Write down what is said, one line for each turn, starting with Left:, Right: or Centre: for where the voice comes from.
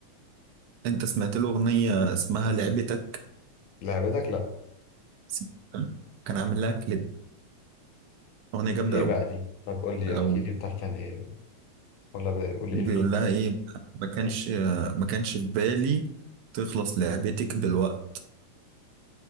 Right: انت سمعت له اغنيه اسمها لعبتك
Left: لعبتك لا
Right: سمعتها؟ كان عامل لها كليب اغنيه جامده
Left: ايه
Right: قوي
Left: بقى دي طب قول لي
Right: لو
Left: احكي لي بتحكي عن ايه ولا ب- قول
Right: بيقول
Left: لي ايه فيه
Right: لها ايه ما كانش ما كانش في بالي تخلص لعبتك بالوقت